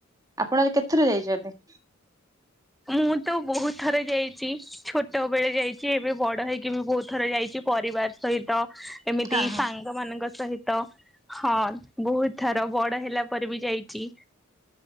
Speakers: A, on the right; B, in the centre.
A: ଆପଣ କେତେଥର ଯାଇଛନ୍ତି?
B: ମୁଁ ତ ବହୁତ ଥରେ ଯାଇଛି ଛୋଟ ବେଳେ ଯାଇଛି ଏବେ ବଡ ହେଇକି ବି ବହୁତ ଥର ଯାଇଛି। ପରିବାର ସହିତ ଏମିତି
A: ହଁ ହଁ।
B: ସାଙ୍ଗ ମାନଙ୍କ ସହିତ ହଁ ବହୁତ ଥର ବଡ ହେଲା ପରେ ବି ଯାଇଛି।